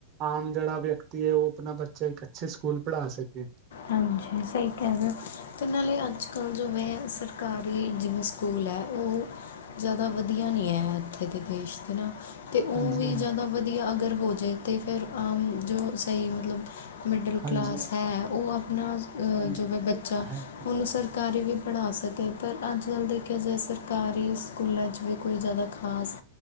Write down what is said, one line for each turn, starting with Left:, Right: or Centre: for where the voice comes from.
Right: ਆਮ ਜਿਹੜਾ ਵਿਅਕਤੀ ਹੈ, ਉਹ ਆਪਣਾ ਬੱਚਾ ਇੱਕ ਅੱਛੇ ਸਕੂਲ ਪੜ੍ਹਾ ਸਕੇ
Left: ਹਾਂਜੀ ਸਹੀ ਕਹਿ ਰਹੇ ਹੋ। ਤੇ ਨਾਲੇ ਅੱਜ ਕੱਲ੍ਹ ਜਿਵੇਂ ਸਰਕਾਰੀ ਜਿਵੇਂ ਸਕੂਲ ਹੈ ਉਹ ਜ਼ਿਆਦਾ ਵਧੀਆ ਨਹੀਂ ਹੈ ਇੱਥੇ ਦੇ ਦੇਸ਼ ਦੇ ਨਾ ਤੇ ਉਹ
Right: ਹਾਂਜੀ
Left: ਵੀ
Right: ਹਾਂਜੀ
Left: ਜ਼ਿਆਦਾ ਵਧੀਆ ਅਗਰ ਹੋ ਜਾਏ ਤੇ ਫਿਰ ਆਮ ਜੋ ਸਹੀ ਮਤਲਬ ਮਿਡਲ
Right: ਹਾਂਜੀ
Left: ਕਲਾਸ
Right: ਹਾਂਜੀ
Left: ਹੈ ਉਹ ਆਪਣਾ
Right: ਹਾਂਜੀ
Left: ਜੋ
Right: ਇਹ
Left: ਹੈ ਬੱਚਾ
Right: ਗੱਲ ਤਾਂ ਹੈ ਜੀ
Left: ਉਹਨੂੰ ਸਰਕਾਰੀ ਵੀ ਪੜ੍ਹਾ ਸਕੇ ਪਰ ਪਰ ਅੱਜ ਕੱਲ੍ਹ ਦੇਖਿਆ ਜਾਵੇ ਸਰਕਾਰੀ ਸਕੂਲਾਂ 'ਚ ਵੀ ਕੋਈ ਜ਼ਿਆਦਾ ਖਾਸ